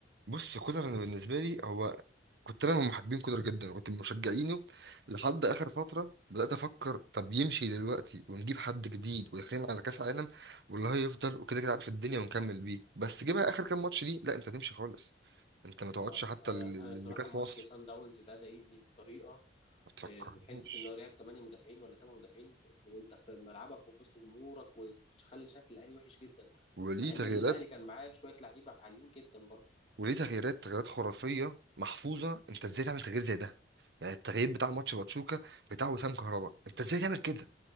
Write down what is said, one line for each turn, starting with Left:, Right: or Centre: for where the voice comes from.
Right: بص كولر انا بالنسبة لي هو كنت انا من محبين كولر جدا وكنت من مشجعينه لحد اخر فترة بدأت افكر طب يمشي دلوقتي ونجيب حد جديد ويخلينا على كاس عالم والله هيفضل وكده كده عارف الدنيا ونكمل بيه بس جيبها اخر كام ماتش دي لا انت تمشي خالص انت ما تقعدش
Left: اه
Right: حتى
Left: انا
Right: ل-
Left: انا
Right: ل-
Left: صراحه
Right: لكاس
Left: ماتش
Right: مصر
Left: سان داونز ده ضايقني بطريقه
Right: ما تفكرنيش
Left: آه، حته ان هو لعب 8 مدافعين ولا 7 مدافعين ف- وانت في ملعبك وفي وسط جمهورك وخلى شكل الاهلي وحش جدا
Right: وليه
Left: مع
Right: تغييرات
Left: ان الاهلي كان معاه شويه لعيبه عاليين جدا برضه
Right: وليه تغييرات تغييرات خرافيه محفوظه انت ازاي تعمل تغيير زي ده يعني التغيير بتاع ماتش باتشوكا بتاع وسام كهربا انت ازاي تعمل كده